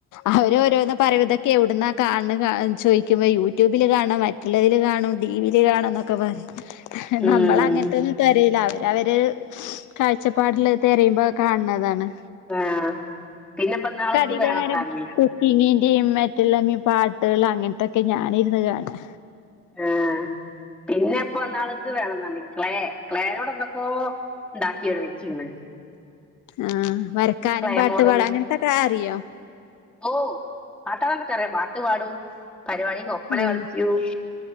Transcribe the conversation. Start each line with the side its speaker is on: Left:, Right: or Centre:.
Left: അവര് ഓരോന്ന്, പറയതൊക്കെ, എവിടുന്ന കാണുന്ന, ചോദിക്കുമ്പോ യൂട്യൂബില്, കാണാം മറ്റുള്ളതിൽ കാണും, ടിവിയിൽ കാണാം, എന്നൊക്കെ പറയും.
Centre: ഉം
Left: നമ്മള അങ്ങനത്തെയും തെരയില്ല അവര്. അവര്, കാഴ്ച്ചപ്പാടിൽ തിരയുമ്പോ കാണുന്നതാണ്.
Centre: ആഹ് പിന്നെ പ്പോ ഇന്നാള് ഇത്
Left: വിചാരം
Centre: വേണംന്ന് പറഞ്ഞ്
Left: കുക്കി. ടീവിലും, മറ്റുള്ള പാട്ടുകൾ, അങ്ങനത്തൊക്കെ ഞാനിരുന്ന് കാണാ.
Centre: ആഹ് പിന്നെപ്പോ നാള് ഇത് വേണന്നർ ഞ്ഞ് ക്ലേ ക്ലേനോട് എന്തൊക്കോ ഉണ്ടാക്കിോടെ വെച്ചീണ്
Left: ആഹ് വരക്കാനും
Centre: ക്ലേ
Left: പാട്ടു
Centre: മോഡല്
Left: പാടാനും അങ്ങനത്തെയൊക്കെ അറിയോ.
Centre: ഓ ആാട്ടാളന്ന് കേ മാട്ട <unintelligible> <inaudible> പാട്ട് പാടും പരിപാടിക്ക് ഒപ്പന
Left: ഉം
Centre: കളിക്കും.